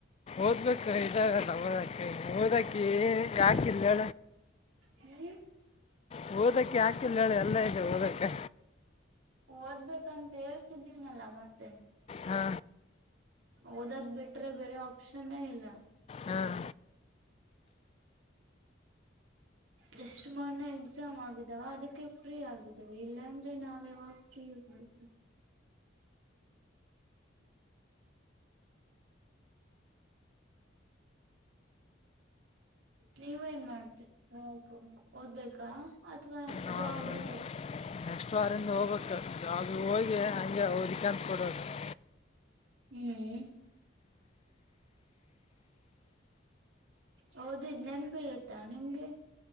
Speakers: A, on the left; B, on the right.
A: ಓದ್ಬೇಕ ಇದಾರಲ್ಲ ಓದಕ ಓದಕಾಕ <unintelligible>
B: ಹ್ಮ್
A: ಇ ಓದಕ್ಕೆ ಹಾಕಿಲ್ಲ ಎಲ್ಲ ಇದೆ ಓದಕ್ಕೆ
B: ಓದ್ಬೇಕಂತ ಹೇಳ್ತಿದ್ದೀನಲ್ಲ ಮತ್ತೆ.
A: ಹಾ
B: ಹಓದಕ್ ಬಿಟ್ರೆ ಬೇರೆ ಆಪ್ಷನ್ನೇ ಇಲ್ಲ
A: ಹಾಂ
B: <inaudible> ಜಸ್ಟ್ ಮೊನ್ನೆ ಎಕ್ಸಾಮ್ ಆಗಿದಾವ ಅದಕ್ಕೆ ಫ್ರೀ ಆಗಿದವಿ ಇಲ್ಲಾಂದ್ರೆ ನಾವ್ ಯಾವಾಗ ಫ್ರೀ ಇರ್ಬೋುದು <inaudible> ನೀವ ಏನ್ ಮಾಡ್ತ ನೋ <unintelligible> ಓದ್ಬೇಕಾ ಅಥವಾ
A: ನಾವು
B: ಜಾಬ್ ಅಲ್ಲ <unintelligible> <inaudible>
A: ನೆಕ್ಸ್ಟ್ ವಾರಿಂದ ಹೋಗ್ಬೇಕ ಅೂ ಹೋಗಿ ಹಂಗೆ ಅವದಕ್ಕೆ ಅಂತ ಕೊಡೋದು <unintelligible>
B: ಹ್ಮ್ಹು ಹಓದಿದ್ ನೆನಪಿ ಇರುತ್ತಾ ನಿಮ್ಗೆ